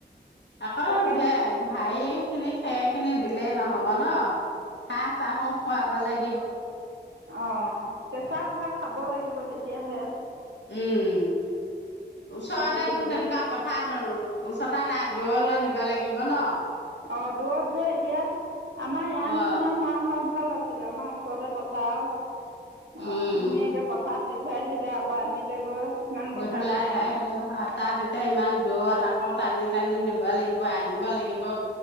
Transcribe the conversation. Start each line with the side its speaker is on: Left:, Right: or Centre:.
Left: আকৌ
Right: তাৰপৰা
Left: ঘে-ঘাইখিনি খেৰ খিনি দি নহ'ব ন? চাহ-টাহো খুৱাব লাগ
Right: অ' কেঁচা হাঁহ খাব লাগিব তেতিয়াহে।
Left: উম। ওচৰতেতোন
Right: হেৰি হ'ব
Left: তেনেকুৱা পথাৰ ওচৰতে নাই? দূৰলৈ নিবা লাগিব ন?
Right: অ' দূৰত যোৱা এতিয়া। আমাৰ ইয়াৰ
Left: অ
Right: নিচিনা হোৱা হয় ভা ভাল আছিলে আমাৰ ওচৰতে পঠা আও অ'
Left: উম
Right: ধুনীয়াকে পথাৰত দি থ থৈ আহিলে আকৌ আনিলেগৈ ইমান কথা
Left: জধলাল
Right: নাই
Left: লৈ
Right: আৰু
Left: আহিলে তাত এতিয়া ইমান দূৰত আকৌ টানি টানি নিব লাগিব আনিব লাগিব।